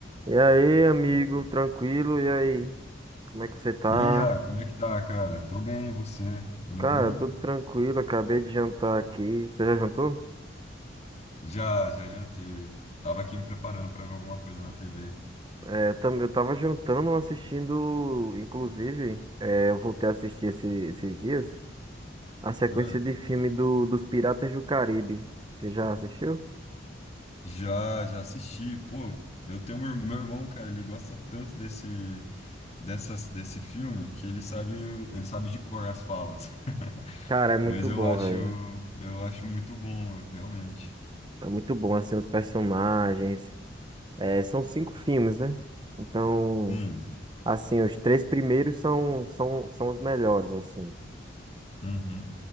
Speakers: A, on the right; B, on the left.
A: E aí, amigo, tranquilo? E aí, como é que você tá?
B: E aí, Iago, como é que tá, cara? Tô bem, e você? Indo
A: Cara,
B: bem?
A: tudo tranquilo, acabei de jantar aqui. Você já jantou?
B: Já, já jantei. Tava aqui me preparando pra ver alguma coisa na TV.
A: É, eu também, eu tava jantando, assistindo, inclusive, é, eu voltei a assistir esse- esses dias, a sequência
B: Ah,
A: de filme do, dos Piratas do Caribe. Você já assistiu?
B: já, já assisti. Pô, eu tenho um irmão, meu irmão, cara, ele gosta tanto desse, dessas, desse filme que ele sabe, ele sabe de cor as falas. <laughs>
A: Cara, é muito
B: Mas eu
A: bom,
B: acho,
A: velho.
B: eu acho muito bom, realmente.
A: É muito bom, assim, os personagens. É, são cinco filmes, né? Então,
B: Sim.
A: assim, os três primeiros são, são, são os melhores, assim,
B: Uhum.